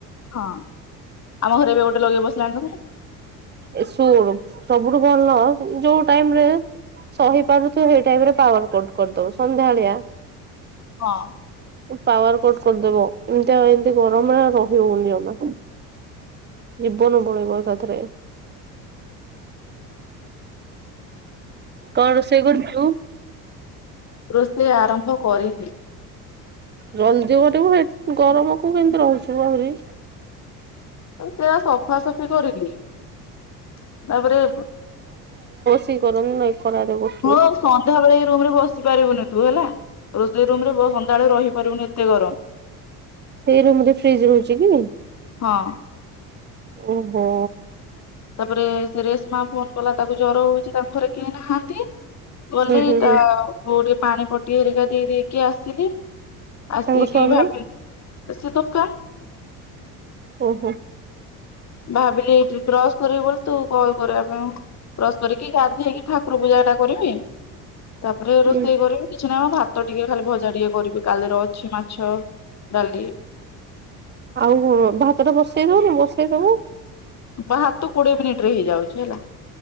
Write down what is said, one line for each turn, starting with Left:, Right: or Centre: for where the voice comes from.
Left: ହଁ ଆମ ଘରେ ଏବେ ଗୋଟେ ଲଗେଇ ବସିଲାଣି।
Right: ଏ ଶୁଣୁ ସବୁଠୁ ଭଲ ଯୋଉ ଟାଇମ ରେ ସହିପାରୁନଥିବ ସେଇ ଟାଇମରେ ପାୱାର କଟ କରିଦବ ସନ୍ଧ୍ୟାବେଳିଆ
Left: ହଁ।
Right: ପାୱାର କଟ୍ କରିଦବ ଏମିତି ଆଉ ଏମତି ଗରମରେ ରହିି ହଉନି ଆଉ ଜୀବନ ପଳେଇବ ଏକାଥରେ। କଣ ରୋଷେଇ କରୁଛୁ?
Left: ରୋଷେଇ ଆରମ୍ଭ କରିନି।
Right: ଜଲଦି କରିବୁ ଗରମକୁ କେମିତି ରହୁଛୁ ଆହୁରି।
Left: ସେଆ ସଫାସଫି କରିଲି ତାପରେ
Right: କି କରନୁ ନାଇଁ ଖରାରେ କରୁ
Left: ହଁ ଆଉ ସନ୍ଧ୍ୟାବେଳେ ଏଇ ରୁମରେ ବସି ପାରିବୁନି ତୁ ହେଲା। ରୋଷେଇ ରୁମରେ ବ ସନ୍ଧ୍ୟାବେଳେ ରହିପାରିବୁନି ଏତେ ଗରମ୍।
Right: ସେଇ ରୁମରେ ଫ୍ରିଜ୍ ରହୁଚିକି
Left: ହଁ
Right: ଓହୋ।
Left: ତାପରେ ସେ ରେଶମା ଫୋନ୍ କଲା ତାକୁ ଜର ହଉଚି ତାଙ୍କ ଘରେ କେହି ନାହାନ୍ତି। ଗଲି
Right: ହୁଁ ହୁଁ
Left: ତା
Right: ହୁଁ
Left: କୋଉ ଟିକେ ପାଣି ପଟି ହେରିକା ଦେଇ ଦେଇଦେଇକି ଆସିଲି। ଆସିକି
Right: ତାଙ୍କ ସ୍ଵାମୀ
Left: ଭାବିଲି ତତ୍କାଳ
Right: ଓହୋ।
Left: ଭାବିଲି ଏଠି ବ୍ରସ୍ କରିବି ବୋଲି ତୁ କଲ୍ କରିବା ପାଇଁ ବ୍ରସ୍ କରିକି ଗାଧେଇକି ଠାକୁର ପୂଜାଟା କରିବି ତାପରେ
Right: ହୁଁ
Left: ରୋଷେଇ କରିବି କିଛି ନାହିଁମ ଭାତ ଟିକେ ଖାଲି ଭଜା ଟିକେ କରିବି। କାଲିର ଅଛି ମାଛ ଡ଼ାଲି
Right: ଆଉ ଭାତଟା ବସେଇଦଉନୁ ବସେଇଦବୁ।
Left: ଭାତ କୋଡ଼ିଏ ମିନିଟରେ ହେଇଯାଉଚି ହେଲା।